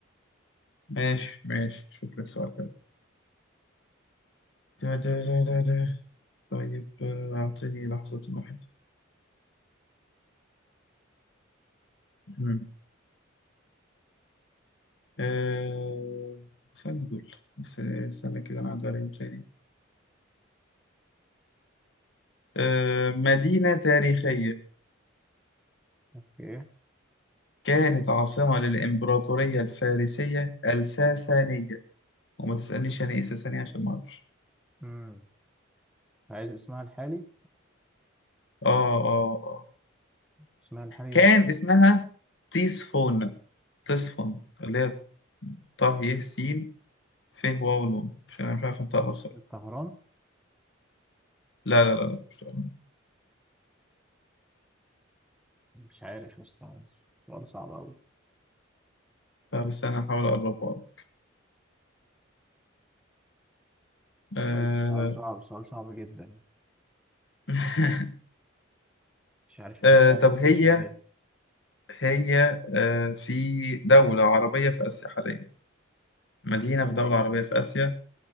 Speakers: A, on the left; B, in the centre.
A: ماشي ماشي شوف لك سؤال حلو ده ده ده ده ده. طيب آه، أعطيني لحظة واحدة مم. آه، استنى دول بس- استنى كده أنا عدى عليهم تاني آه، مدينة تاريخية
B: أوكي
A: كانت عاصمة للإمبراطورية الفارسية الساسانية وما تسألنيش يعني ايه ساسانية عشان ما اعرفش
B: امم عايز اسمها الحالي؟
A: اه اه اه
B: اسمها الحالي
A: كان اسمها تيسفون تيسفون اللي هي طه ي س ف واو نون مش انا مش عارف انطقها بصراحة
B: طهران
A: لا لا لا لا مش عارف.
B: مش عارف يا اسطى سؤال صعب أوي
A: لا، بس انا هحاول اقربها لك. آه...
B: سؤال سؤال صعب سؤال صعب جدا
A: <laughs>
B: مش عارف أنت
A: آه...
B: بتعمل
A: طب هي
B: كده كده ليه
A: هي آه... في دولة عربية في آسيا حاليا مدينة في دولة عربية في آسيا